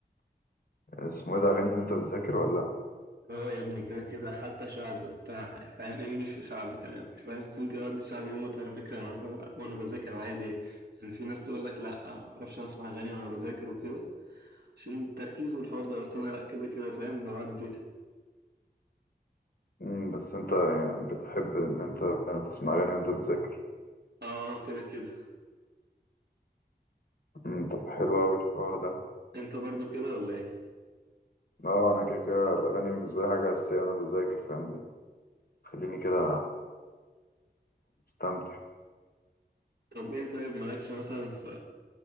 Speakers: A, on the left; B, on the right.
A: اسمه ايه ده اغاني وانت بتذاكر ولا لا
B: هو يا ابني كده كده حتى شعبي وبتاع فاهم انجلش وشعبي كمان مش فاهم ممكن ادي شعبي موت على فكره انا ب- وانا بذاكر عادي يعني يعني في ناس تقول لك لا معرفش اسمع اغاني وانا بذاكر وكده عشان التركيز والحوار ده بس انا لا كده كده فاهم بودي يعني.
A: مم، بس انت يعني بتحب ان انت تسمع اغاني وانت بتذاكر
B: اه كده كده
A: مم، طب حلو اوي الحوار ده
B: انت برضو كده ولا ايه
A: اه انا كده كده الاغاني بالنسبه لي حاجه اساسيه وانا بذاكر فاهم بتخليني كده مستمتع
B: طب ايه طيب مالكش مثلا ف